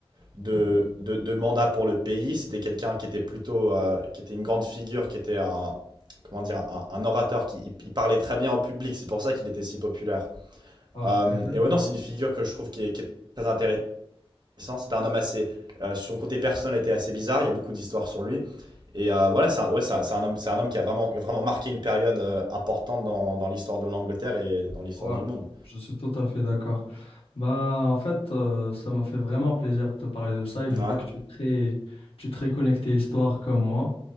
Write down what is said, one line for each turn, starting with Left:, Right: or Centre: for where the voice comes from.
Right: de, de, de mandat pour le pays. C'était quelqu'un qui était plutôt, euh, qui était une grande figure, qui était un, comment dire, un, un orateur qui il, il parlait très bien au public. C'est pour ça qu'il était si populaire.
Left: Ouais,
Right: Euh,
Left: exactement.
Right: et ouais, non, c'est une figure que je trouve qui est, qui est très intéressante c'était un homme assez. euh, son côté personnel était assez bizarre. Il y a beaucoup d'histoires sur lui. Et euh, voilà, c'est un- ouais, c'est un- homme, c'est un homme qui a vraiment, vraiment marqué une période euh, importante dans, dans l'histoire de l'Angleterre et dans l'histoire
Left: Ouais,
Right: du monde.
Left: je suis tout à fait d'accord. Bah, en fait, euh, ça m'a fait vraiment plaisir de te parler de ça et
Right: Ouais,
Left: je vois que tu es très, tu es très connecté histoire comme moi.